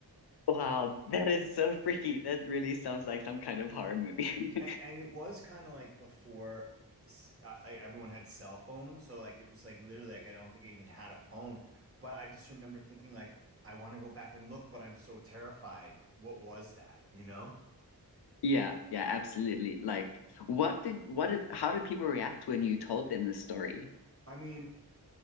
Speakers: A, on the left; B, on the right.
A: Wow, that is so freaky. That really sounds like some kind of horror movie.
B: A-
A: <laughs>
B: And it was kind of like before s- I- I- everyone had cell phones, so like it was like literally like I don't think I even had a phone, but I just remember thinking like I want to go back and look, but I'm so terrified. What was that, you know?
A: Yeah, yeah, absolutely. Like what did what did how did people react when you told them the story?
B: I mean,